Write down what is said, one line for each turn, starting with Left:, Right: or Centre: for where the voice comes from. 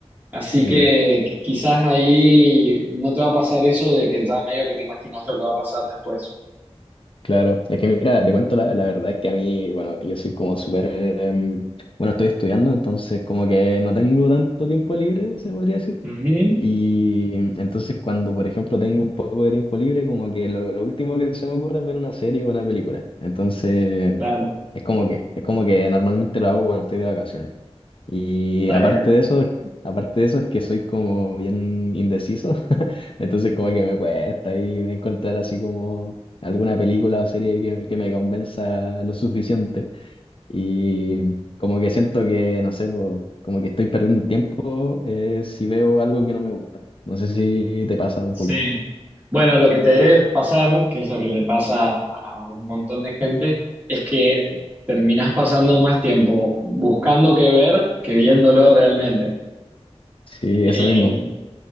Right: Así
Left: Ya,
Right: que quizás ahí no te va a pasar eso de que ya medio que te imaginas lo que va a pasar después.
Left: claro. Es que mira, te cuento la, la verdad que a mí, bueno, yo soy como súper, em, bueno, estoy estudiando, entonces como que no tengo tanto tiempo libre, se podría decir.
Right: Ujú,
Left: Y em, entonces cuando, por ejemplo, tengo un poco de tiempo libre, como que lo, lo último que se me ocurre es ver una serie o una película. Entonces,
Right: Claro,
Left: es como que, es como que normalmente lo hago cuando estoy de vacaciones. Y
Right: está
Left: aparte
Right: bien.
Left: de eso, aparte de eso es que soy como bien indeciso, <laughs> entonces como que me cuesta ahí encontrar así como alguna película o serie que, me- que me convenza lo suficiente. Y como que siento que, no sé, po, como que estoy perdiendo el tiempo eh, si veo algo que no me gusta. No sé si te pasa un
Right: Sí.
Left: poco.
Right: Bueno, lo que te debe pasar, que es lo que le pasa a a un montón de gente, es que terminás pasando más tiempo buscando qué ver que viéndolo realmente.
Left: Sí,
Right: Eh,
Left: eso mismo.